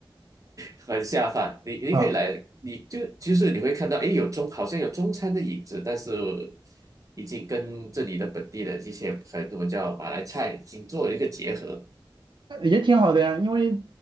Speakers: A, on the right; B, on the right.
A: 很下饭。你你可以来，
B: 啊。
A: 你就其实你会看到，诶，有中好像有中餐的影子，但是已经跟这里的本地的一些很能我们叫马来菜已经做了一个结合。
B: 也挺好的呀，因为